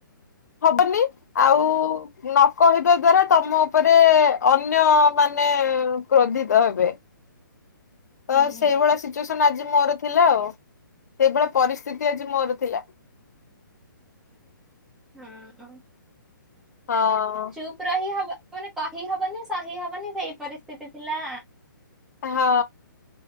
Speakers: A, on the left (about 50°); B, in the centre.
A: ହବନି ଆଉ ନ କହିବା ଦ୍ଵାରା ତମ ଉପରେ ଅନ୍ୟ ମାନେ ମାନେ କ୍ରୋଧିତ ହେବେ। ତ
B: ହୁଁ
A: ସେଇଭଳିଆ ସିଚୁଏସନ ଆଜି ମୋର ଥିଲା ଆଉ ସେଇଭଳିଆ ପରିସ୍ଥିତି ଆଜି ମୋର ଥିଲା।
B: ହଁ
A: ହଁ
B: ଚୁପ ରହି ହବ ମାନେ କହିହବନି ସହି ହବନି ସେଇ ପରିସ୍ଥିତି ଥିଲା।
A: ହଁ।